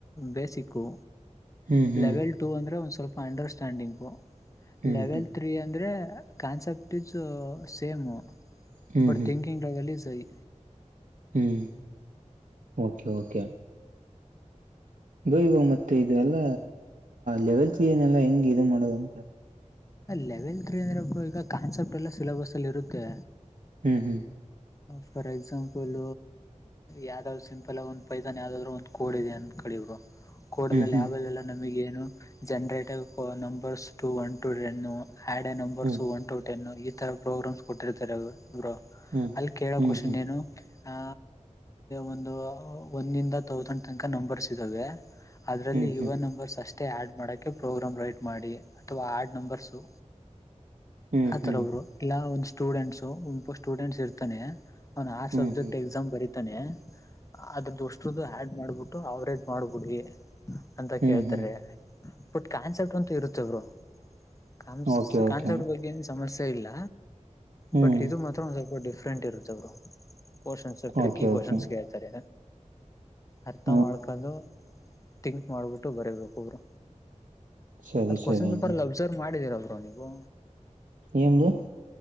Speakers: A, on the left; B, on the right.
A: ಬೇಸಿಕ್ು
B: ಹ್ಮ್ ಹ್ಮ್
A: ಲೆವೆಲ್ ಟೂ ಅಂದ್ರೆ ಒಂದ ಸ್ವಲ್ಪ ಅಂಡರ್ಸ್ಟ್ಯಾಂಡಿಂಗು
B: ಹ್ಮ್
A: ಲೆವೆಲ್ ತ್ರೀ ಅಂದ್ರೆ concept is same
B: hmm
A: but
B: hmm hmm
A: thinking level high
B: hmm okay okay bro ಈವಾಗ ಮ ಮತ್ತ ಇ ಎಲ್ಲ ಲೆವೆಲ್ಸ್ ಏನೆಲ್ಲಾ ಹೆಂಗ್ ಇದು ಮಾಡದಂತ
A: ಲೆವೆಲ್ ತ್ರೀ ಅಂದ್ರೆ ಈಗ ಕಾನ್ಸೆಪ್ಟ ಎಲ್ಲ ಸಿಲೆಬಸ್ ಅಲ್ಲಿ ಇರುತ್ತೆ
B: ಹ್ಮ್ ಹ್ಮ್
A: ಫಾರ್ ಎಕ್ಸಾಂಪಲ್ ಯಾವ್ದ್ ಸಿಂಪಲ್ ಆಗ ಒಂದ್ ಪೈತಾನ್ ಯಾವ್ದಾದ್ರು ಒಂದು ಕೋಡ್ ಇದೆ ಅಂತ ಕಳಿವ್ರು ಕೊಡಲ್ಲೆಲ
B: ಹ್ಮ್
A: ಯಾವೆಲ್ಲಾ ನಮಗೆ generator numbers to one to ten add numbers
B: hmm
A: one to ten ಈ ತರ ಪ್ರೋಗ್ರಾಮ್ಸ್ ಕೊಟ್ಟಿರ್ತಾರೆ ಬ್ರೋ
B: ಹ್ಮ್
A: ಅಲ್ಲಿ ಕೇಳೋಕಷನ್
B: ಹ್ಮ್ ಹ್ಮ್ ಹ್ಮ್
A: ನೀೇನು ಆ ಒಂದು ಒಂದಂದ ತೌಸಂಡ್ ತನಕ ನಂಬರ್ಸ್ ಇದ್ದಾವೆ ಅದರಲ್ಲಿ
B: ಹ್ಮ್
A: ಯುವನ ನಂಬರ್ಸ್ ಅಷ್ಟೆ ಮತ್ತ ಆ್ಯಡ್ ಮಾಡೋಕ್ಕೆ ಪ್ರೋಗ್ರಾಮ್ ರೈಟ್ ಮಾಡಿ ಅಥವಾ ಆ್ಯಡ್ ನಂಬರ್ಸು
B: ಹ್ಮ್ ಹ್ಮ್ ಹ್ಮ್
A: ಆತರ
B: ಹ್ಮ್
A: ಬ್ರೋ ಇಲ್ಲಾ ಒಂದ್ ಸ್ಟೂಡೆಂಟ್ಸು ಒಪ ಸ್ಟೂಡೆಂಟ್ಸ್ ಇರ್ತಾನೆ ಅವನ್ ಆರ್
B: ಹ್ಮ್
A: ಸಬ್ಜೆಕ್ಟ್ ಎಕ್ಸಾಮ್ ಬರೀತಾನೆ ಅದ್ರದ್ದ ಅಷ್ಟದ್ದು ಆ್ಯಡ್ ಮಾಡ್ಬಿಟ್ಟು ಅವರೇಜ್ ಮಾಡ್ಬಿಡಿ ಅಂತ
B: ಹ್ಮ್
A: ಕೇಳ್ತಾರೆ
B: ಹ್ಮ್ ಹ್ಮ್
A: ಬಟ್ ಕಾನ್ಸೆಪ್ಟ್ ಅಂತೂ ಇರುತ್ತವರು ಕಾನ್
B: ಓಕೆ ಓಕೆ
A: ಕಾನ್ಸೆಪ್ಟ್ ಬಗ್ಗೆ ಏನ್ ಸಮಸ್ಯೆ ಇಲ್ಲ
B: ಹ್ಮ್
A: ಬಟ್ ಇದು ಮಾತ್ರ ಒ ಸ್ವಲ್ಪ ಡಿಫ್ರೆಂಟ್ ಇರುತ್ತ ಅವರು questions tricky
B: okay
A: questions
B: okay
A: ಕೇಳ್ತಾರೆ ಅರ್ಥ
B: ಹ್ಮ್
A: ಮಾಡ್ಕೊಂಡು
B: ಹ್ಮ್
A: ಥಿಂಕ್ ಮಾಡ್ಬಿಟ್ಟು ಬರೀಬೇಕುೊಬ್ರು
B: ಸರಿ
A: ಅದ್ ಕ್ವಶನ್
B: ಸರಿ
A: ಪೇಪರ್ಲ್ಲಿ ಅಬ್ಸರ್ವ್ ಮಾಡಿದೀರರು ನೀವು
B: ನಿಮ್ದು